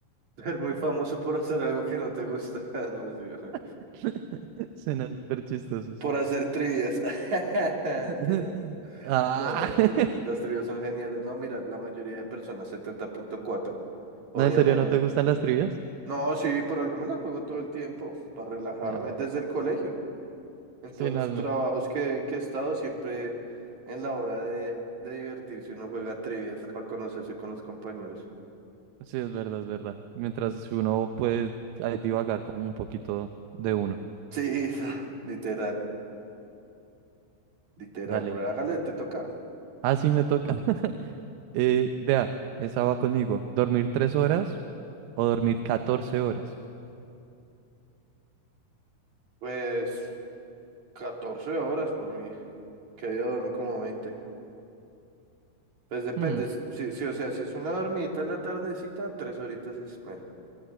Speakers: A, on the right (about 40°); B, on the right (about 90°).
A: <laughs> Ser muy famoso por hacer algo que no te gusta. <laughs> No, sí, ojo.
B: <laughs> Suena súper chistoso, sí.
A: por hacer trivias. <laughs> Mentiras.
B: <laughs> Ah.
A: No, mentiras.
B: <laughs>
A: Las trivias son geniales. No, mira, la mayoría de personas, setenta punto cuatro Obviamente.
B: No, ¿en serio no te gustan las trivias?
A: No, sí, por algo me la juego todo el tiempo, para relajarme,
B: Ah,
A: desde
B: bueno.
A: el colegio. En
B: Sí,
A: todos los
B: no, es me-
A: trabajos que, que he estado, siempre en la hora de, de divertirse, uno juega trivias para conocerse con los compañeros.
B: sí, es verdad, es verdad. Mientras uno puede ahí divagar como un poquito de uno.
A: Sí, <laughs> literal. Literal,
B: Dale.
A: bro. Hágale, te toca.
B: Ah, sí, me toca. <laughs> Eh, vea, esa va conmigo. ¿Dormir tres horas o dormir 14 horas?
A: Pues 14 horas por mí. Que había dormido como veinte, Pues depende.
B: Hmm,
A: Si, si, si, o sea, si es una dormidita en la tardecita, tres horitas es melo.